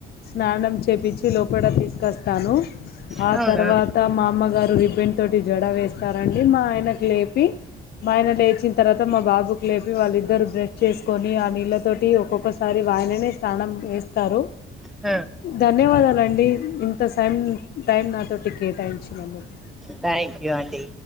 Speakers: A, on the left; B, in the centre.
A: స్నానం చేపించి లోపల తీసుకొస్తాను. ఆ
B: అవునా
A: తర్వాత మా అమ్మగారు రిబెన్ తోటి జడ వేస్తారండి మా ఆయనకు లేపి. మా ఆయన లేచిన తర్వాత మా బాబుకు లేపి వాళ్ళిద్దరు బ్రష్ చేసుకోని ఆ నీళ్ళతోటి ఒక్కొక్క. ఒకసారి ఆయననే స్నానం ఏస్తారు.
B: హ్మ్మ్
A: ధన్యవాదాలండి ఇంతా సై టైం నాతోటి కేటాయించినందుకు
B: థ్యాంక్ యూ ఆండి‌